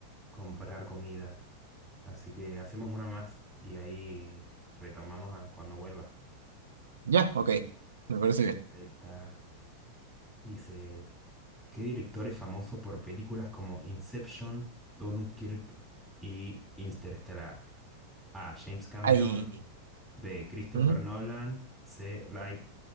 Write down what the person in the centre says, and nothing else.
comprar comida. Así que hacemos una más y ahí retomamos a cuando vuelva.
A ver esta. Dice, ¿qué director es famoso por películas como Inception, Dunkirk y Interstellar? A. James Cameron.
B. Christopher
Nolan. C. Ray-